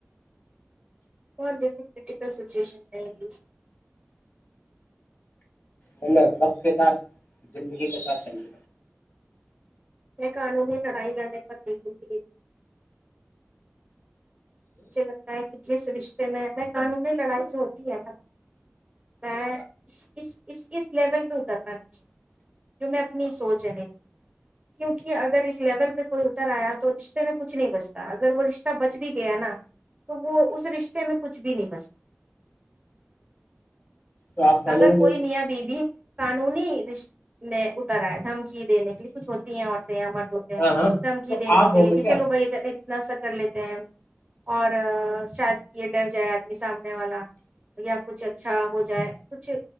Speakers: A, on the right (about 25°); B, on the left (about 45°).
A: کون دیکھو کرٹیکل سچویشن نہیں رہ
B: مطلب وقت کے ساتھ زندگی کے ساتھ سمج
A: یہ قانونی لڑائی لڑنے پر بالکل بھی مجھے لگتا ہے کہ جس رشتے میں میں قانونی لڑائی جو ہوتی ہے نا ا اس اس اس لیول پہ اترنا ماہیے جو میں اپنی سوچ ہے میری کیونکہ کہ اگر اس لیول پہ کوئی اتر آیا تو تو رشتے میں کچھ نہیں بچتا اگر وہ رشتہ بچ بھی گیا نا تو وہ اس رشتے میں کچھ بھی نہیں <inaudible>
B: تو آپ قانون
A: اگر کوئی
B: دے,
A: میاں بیوی قانونی رشتے میں اترا ہے دھم دمکی دینے کے لیے کچھ ہوتی ہیں عورتیں ہیں مرد ہوتے ہیں
B: ہاں ہاں
A: دھمکی
B: تو
A: دینے
B: آپ
A: کے
B: ہوگے
A: لیے کہ
B: کیا
A: چلو بھائی نا س کر لیتے ہیں اور شاید یہ ڈر جائے آدمی سامنے والا یا کچھ اچھا ہو جائے